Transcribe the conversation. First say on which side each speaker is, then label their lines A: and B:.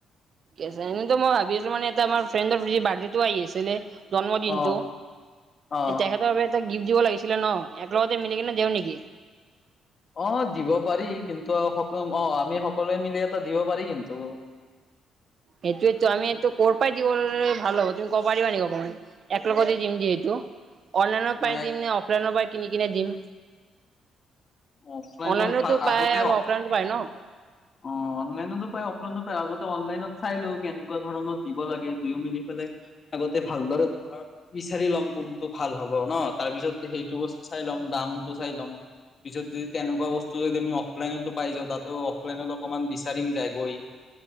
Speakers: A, on the right (about 55°); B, on the left (about 40°).
A: এনেো মই ভাবিছিলো মানে এটা আমাৰ ফ্ৰেণ্ডৰ বাৰ্থডেটো আহি আছিলে জন্মদিনটো
B: অ অ
A: তেখেতৰ বাবে এটা গিফ্ট দিব লাগিছিলে ন এক লগতে মিলি কিনে দিওঁ নেকি
B: অ দিব পাৰি কিন্তু স অ আমি সকলোৱে মিলি এটা দিব পাৰি কিন্তু
A: সেইটোয়েতো আমি এইটোো' পৰাাই দিবলৈ ভাল হ'ব তুমি কব পাৰিবা নেি কমানে এক লগগতে যিম যিহেতু অনলাইনৰ পায়
B: মই
A: দিম নে অফলাইনৰ পায় কিনি কনে দিম
B: অফলাইনো
A: অনলাইনতো
B: ভাল, আগতে
A: পায় আৰু অফলাইন পায় ন
B: অ অনলাইনতো পায় অলনো পায় আগতে অনলাইনত চাই লও কেনেকুৱা ধৰণৰ দিব লাগে দুয়ো মিলি পেলাই আগতে ভালদৰোৰ বিচাৰি ল'ম কোনটো ভাল হ'ব ন তাৰ পিছত সেইটো বস্তু চাই ল'ম দামটো চাই ল'ম পিছত যদি তেনেকুৱা বস্তু যদি আমি অফলাইনতো পাইছা তাতো অফলাইনত অকনমান বিচাৰিম যায়গৈ